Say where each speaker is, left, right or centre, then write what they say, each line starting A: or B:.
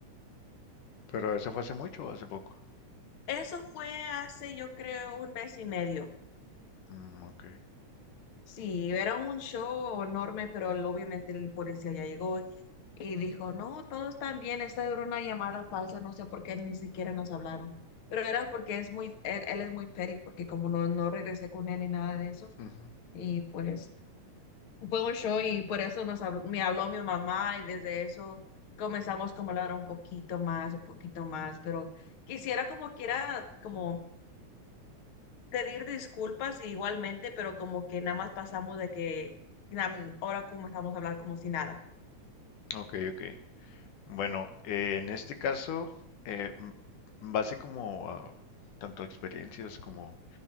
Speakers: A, on the left; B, on the left.
A: Pero eso fue hace mucho o hace poco.
B: Eso fue hace, yo creo, un mes y medio.
A: Mm, ok.
B: Sí, era un show enorme, pero el- obviamente el policía ya llegó y dijo, no, todos están bien, esta era una llamada falsa, no sé por qué ni siquiera nos hablaron. Pero era porque es muy, él, él es muy petty, porque como no, no regresé con él ni nada de eso,
A: Ujú.
B: y pues fue un show y por eso nos habló- me habló mi mamá y desde eso comenzamos como a hablar un poquito más, un poquito más, pero quisiera como quiera, como pedir disculpas igualmente, pero como que nada más pasamos de que na- ahora comenzamos a hablar como si nada.
A: Ok, ok. Bueno, eh, en este caso, eh, m- base como a tanto experiencias como,